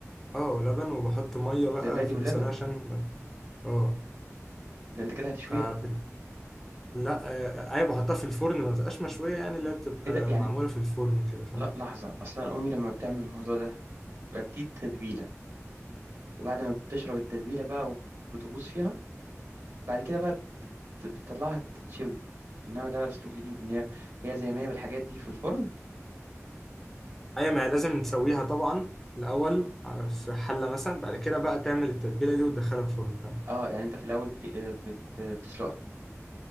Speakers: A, in the centre; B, on the right.
A: اه ولبن وبحط مية بقى
B: زبادي
A: في
B: ولبن
A: الصينية عشان ما- اه
B: ده انت كده هتشويها
A: فبت... لا آه، ايوه بحطها في الفرن ما بتبقاش مشوية يعني اللي هي بتبقى
B: ايه ده يعني
A: معمولة في الفرن كده فاهم
B: لا لحظه اصلا امي لما بتعمل الموضوع ده يبقى بتدي تتبيله وبعد ما بتشرب التتبيله بقى وبتغوص فيها بعد كده بقى بت- بتطلعها تتشوي انما ده اسلوب جديد ان هي هي زي ما هي بالحاجات دي في الفرن
A: ايوه ما هي لازم تسويها طبعا الأول في حلة مثلا بعد كده بقى تعمل التتبيلة دي وتدخلها الفرن فاهم؟
B: اه يعني انت في الاول بت... بت... بتسلقها